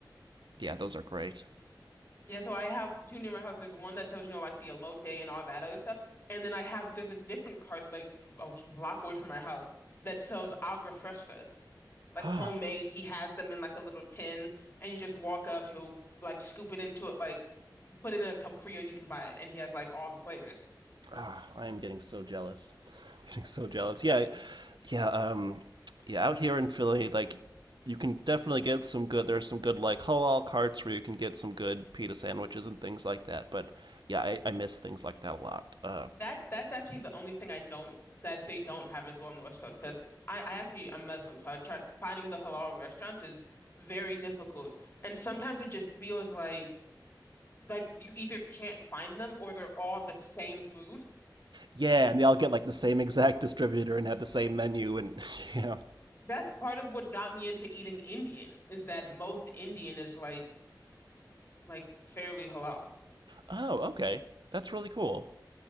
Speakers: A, on the right (about 75°); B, on the left (about 30°).
A: yeah, those are great.
B: Yeah, so I have two near my house. There's one that tells you know like the elote and all that other stuff, and then I have there's a different cart like a block away from my house that sells agua frescas. like
A: Oh,
B: homemade. He has them in like a little tin, and you just walk up. He'll like scoop it into it, like put it in a cup for you, and you can buy it. And he has like all the flavors.
A: Ah, I am getting so jealous. I'm getting so jealous. Yeah, yeah, um, yeah. Out here in Philly, like you can definitely get some good. There's some good like halal carts where you can get some good pita sandwiches and things like that. But yeah, I, I miss things like that a lot. Uh,
B: That that's actually the only thing I don't that they don't have as well on the West Coast because I I actually am Muslim, so I tried finding the halal restaurants is very difficult, and sometimes it just feels like like you either can't find them or they're all the same food.
A: yeah, and they all get like the same exact distributor and have the same menu and <laughs> yeah.
B: That's part of what got me into eating Indian is that most Indian is like like fairly halal.
A: Oh, okay, that's really cool.